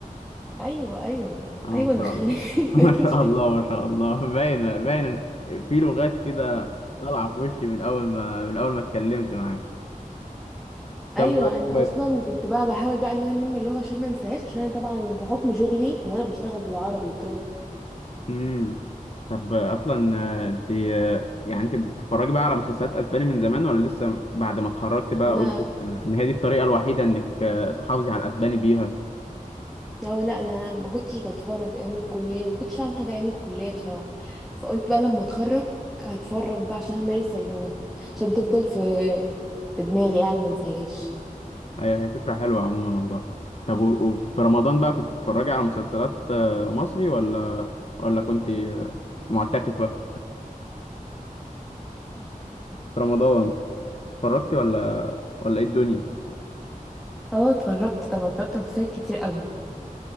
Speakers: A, in the centre; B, on the left.
A: ايوه ايوه
B: اه
A: ايوه نخلي
B: ما شاء الله <laughs> ما شاء الله
A: <laughs>
B: ما شاء الله باين باين في لغات كده طالعة في وشي من اول ما من اول ما اتكلمت معاك طب
A: ايوه
B: و...
A: انا
B: و...
A: اصلا كنت بقى بحاول بقى ان انا انمي اللغه عشان ما انساهاش عشان انا طبعا بحكم شغلي ان انا بشتغل بالعربي وكده
B: مم. طب اصلا آه، انت آه، يعني انت بتتفرجي بقى على مسلسلات اسباني من زمان ولا لسه بعد ما اتخرجت بقى
A: لا
B: قلت ان إن هي دي الطريقة الوحيدة انك آه، تحافظي على الاسباني بيها
A: هو لا انا ما كنتش بتفرج ايام الكليه ما كنتش اعمل حاجه ايام الكليه بصراحه فقلت بقى لما اتخرج هتفرج بقى عشان امارس اللغه عشان تفضل في في دماغي يعني ما انساهاش
B: ايوه هي فكرة حلوة عموما والله طب و- وفي رمضان بقى كنت بتتفرجي على مسلسلات آه، مصري ولا ولا كنت آه، معتكفة في رمضان اتفرجتي ولا ولا ايه الدنيا
A: اه اتفرجت طبعا اتفرجت على مسلسلات كتير قوي